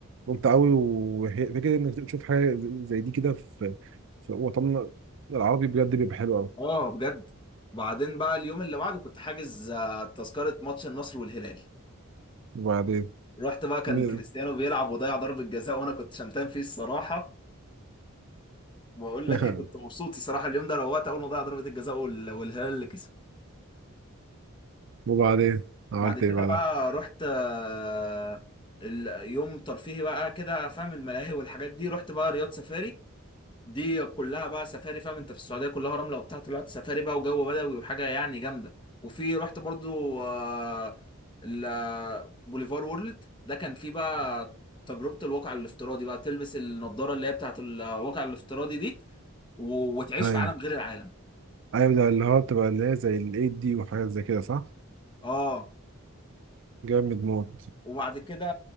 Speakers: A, on the right; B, on the left.
A: ممتع قوي وفكره انك تشوف حاجه زي دي كده في في وطننا العربي بجد بيبقى حلو قوي
B: اه بجد وبعدين بقى اليوم اللي بعده كنت حاجز آه، تذكره ماتش النصر والهلال
A: وبعدين
B: رحت بقى كان
A: مين-
B: كريستيانو بيلعب وضيع ضربه جزاء وانا كنت شمتان فيه الصراحه بقول
A: <laughs>
B: لك ايه كنت مبسوط الصراحه اليوم ده روقت اول ما ضيع ضربه الجزاء وال- والهلال اللي كسب
A: وبعدين
B: بس
A: عملت
B: بعد كده
A: ايه بعدها
B: بقى رحت آه، اليوم ترفيهي بقى كده فاهم الملاهي والحاجات دي رحت بقى رياض سفاري دي كلها بقى سفاري فاهم انت في السعوديه كلها رمله وبتاع طلعت سفاري بقى وجو بدوي وحاجه يعني جامده وفي رحت برضو آه، ال- بوليفار وورلد ده كان فيه بقى تجربه الواقع الافتراضي بقى تلبس النضاره اللي هي بتاعت الواقع الافتراضي دي و- وتعيش
A: ايوه
B: في عالم غير العالم
A: ايوه ده اللي هو بتبقى اللي هي زي الايد دي وحاجات زي كده صح
B: اه
A: جامد موت
B: وبعد كده